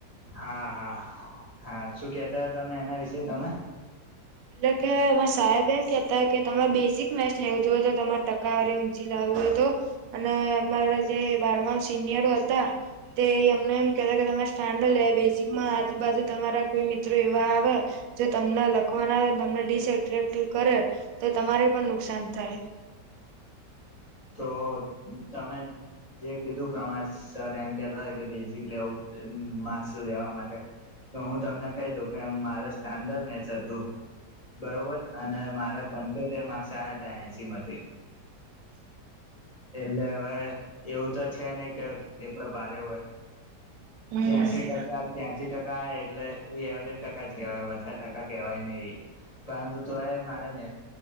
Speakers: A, on the left; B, on the right.
A: હા હા હા શું કેતા તમે એના વિશે જે તમે
B: એટલે કે અ સાહેબ એમ કેતા કે તમારે બેઝિક મેચ લેવો જોવ તો તમારે ટકાવારી ઊંચી લાવ્યો હતો અને અમારા જે બારમામ સિનિયરો હતા તે એમને એમ કેતા કે તમારે સ્ટાન્ડર્ડ લેવા બેઝિક આજુબાજુ તમારા કોઈ મિત્રો એવા આવે જો તમને લખ પખવાના આવે તમને ડિસએટ્રેક્ટિવ કરે તો તમારે પણ નુકસાન થાય
A: તો તમે જે કીધું પ્રમાણે સર એમ કેહેતા હતા કે બેઝિક લેવું માર્ક્સ લેવા માટે તો હું તમને કહી દઉ કે મારે સ્ટાન્ડર્ડ મેચ હતું બરોબર અને મારા પંચોતેર માર્ક્સ આાય શ્રીમતી એટલે હવે એવું તો છે નને કે પેપર બારે હોય
B: હમ
A: ત્યાસીી
B: હમ
A: ટકા ત્યાસી ટકા આ એટલે એ એવરેજ ટકા છે કેવાય વધારે ટકા કેવાય નહી પરંતુ તો મારે મે